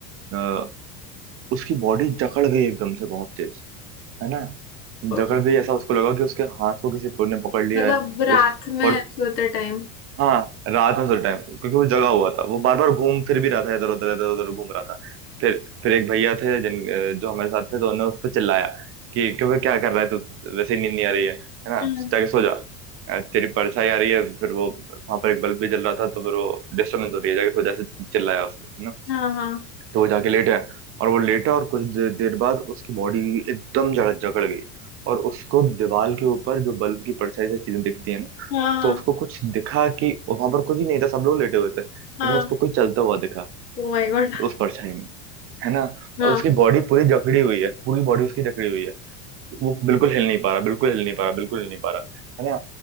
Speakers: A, on the right; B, on the left.
A: अ, उसकी बॉडी जकड़ गई एकदम से बहुत तेज है ना जकड़
B: हम्म
A: गई ऐसा उसको लगा कि उसके हाथ को किसी ने पकड़ लिया
B: मतलब
A: है
B: रात
A: उस
B: में
A: और
B: सोते टाइम
A: हाँ रात में सोते टाइम क्योंकि वो जगा हुआ था वो बार बार घूम फिर भी रहा था इधर उधर इधर उधर घूम रहा था फिर फिर एक भैया थे जिन जो हमारे साथ थे तो उन्होंने उस पर चिल्लाया कि क्यों क्या कर रहा है तू वैसे ही नींद नहीं आ रही है है ना
B: हम्म
A: जाके सो जा अ, तेरी परछाई आ रही है फिर वो वहां पर एक बल्ब भी जल रहा था तो फिर वो डिस्टर्बेंस हो रही है जाके सो जा ऐसे चिल्लाया उसको है ना
B: हाँ हाँ
A: तो वो जाके लेट है और वो लेटा और कुछ दे- देर बाद उसकी बॉडी एकदम जकड़ जकड़ गई और उसको दीवार के ऊपर जो बल्ब की परछाई से चीजें दिखती है
B: हाँ
A: तो उसको कुछ दिखा कि वहां पर कुछ ही नहीं था सब लोग लेटे हुए थे लेकिन
B: हाँ
A: उसको कोई चलता हुआ दिखा
B: Oh my God
A: उस परछाई में है ना
B: हाँ
A: और उसकी बॉडी पूरी जकड़ी हुई है पूरी बॉडी उसकी जकड़ी हुई है वो बिल्कुल हिल नहीं पा रहा बिल्कुल हिल नहीं पा रहा बिल्कुल हिल नहीं पा रहा है ना